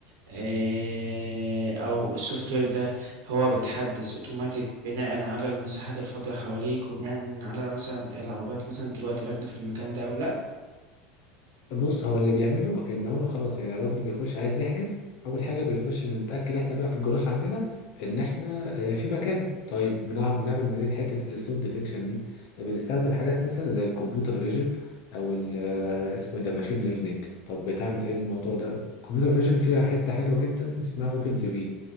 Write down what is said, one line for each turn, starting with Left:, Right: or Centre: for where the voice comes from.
Right: آه، أو السوفت وير ده هو بيتحدث أوتوماتيك بناء على المساحات الفاضية حواليك وبناء على مثلا العربيات مثلا دلوقتي راكنة في المكان ده أو لأ
Left: بص هو اللي بيعمله ان هو خلاص يعني الراجل بيخش عايز يحجز اول حاجة بيخش نتأكد احنا بقى في الجراج عندنا ان احنا آه، في مكان طيب بنع- بنعمل منين حتة السلوت ديتكشن دي بنستخدم حاجات مثلا زي الكمبيوتر فيجن او ال آه، اسمه إيه ده ماشين ليرنينج طب بتعمل ايه الموضوع ده الكمبيوتر فيجن فيها حتة حلوة جدا اسمها اوبن سي في